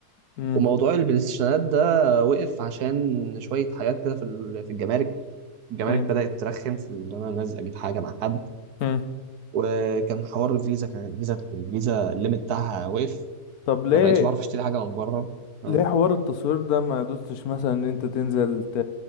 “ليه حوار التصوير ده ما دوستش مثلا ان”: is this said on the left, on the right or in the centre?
Left